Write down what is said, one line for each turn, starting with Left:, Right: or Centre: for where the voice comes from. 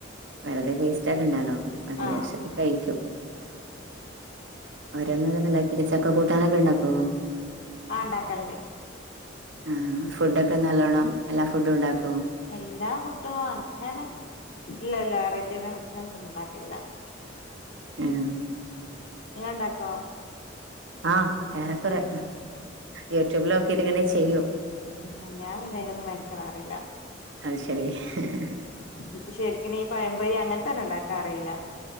Right: വെറുതെ വേസ്റ്റാക്കണ്ടാലോ അത് വിടാരിച്ചിട്ട്
Left: ആഹ്
Right: കയിക്കും ഓരോന്നോരോന്ന് ണ്ടാക്കി ചക്ക കൂട്ടാനൊക്കെ ഉണ്ടാക്കോ
Left: ആ ഇണ്ടാക്കല്ണ്ട്
Right: ആ ഫുഡൊക്കെ നല്ലോണം എല്ലാ ഫുഡും ഇണ്ടാക്കോ
Left: എല്ലാ ഫുഡും അങ്ങനെ ഇല്ല ഇല്ല വെറൈറ്റി ബിസിനസ് ഉണ്ടാക്കലില്ല
Right: ഉം
Left: ഇങ്ങ ഇണ്ടാക്കോ
Right: ആഹ ഏറെക്കുറെ യൂട്യൂബിലോക്കിട്ട് ഇങ്ങനെ ചെയ്യും
Left: ആ ഞാൻ പിന്നെ അയിനൊന്നും മെനക്കെടാറില്ല
Right: അത് ശരി ഹ് ഹ് ഹ്‌
Left: എനിക്ക് ശരിക്കിന് ഈ പഴംമ്പൊരി അങ്ങനെത്തൊന്നും ഇണ്ടാക്കാ അറില്ല